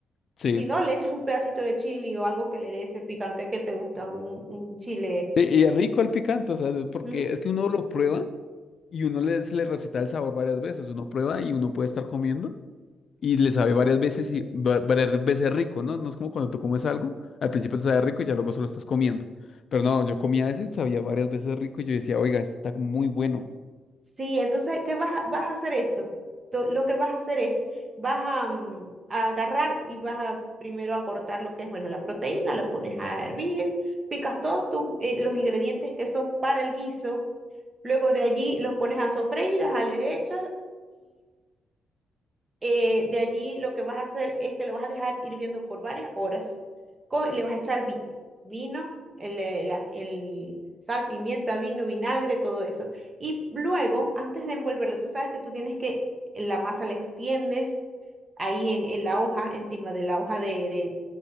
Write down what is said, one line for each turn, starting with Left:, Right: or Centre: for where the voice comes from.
Left: Sí.
Right: Si no, le echas un pedacito de chili o algo que le dé ese picante que te gusta, un, un chile.
Left: Sí, Y es rico el picante, o sea,
Right: Ujú.
Left: porque es que uno lo prueba y uno le, se le receta el sabor varias veces. Uno prueba y uno puede estar comiendo. y le sabe varias veces y va- varias veces rico, ¿no? No es como cuando tú comes algo, al principio te sabe rico y ya luego solo estás comiendo. Pero no, yo comía eso y sabía varias veces rico y yo decía, oiga, esto está muy bueno.
Right: Sí, entonces, ¿qué vas a, vas a hacer eso? To- Lo que vas a hacer es, vas a, mm, a agarrar y vas a primero a cortar lo que es, bueno, la proteína, la pones a hervir, picas todos tus, eh, los ingredientes que son para el guiso, luego de allí los pones a sofreír, a le echas eh, de allí lo que vas a hacer es que lo vas a dejar hirviendo por varias horas. co- y le vas a echar vino vino, el, eh, la- el sal, pimienta, vino, vinagre, todo eso. Y luego, antes de envolverlo, tú sabes que tú tienes que la masa la extiendes ahí en, en la hoja, encima de la hoja de, de-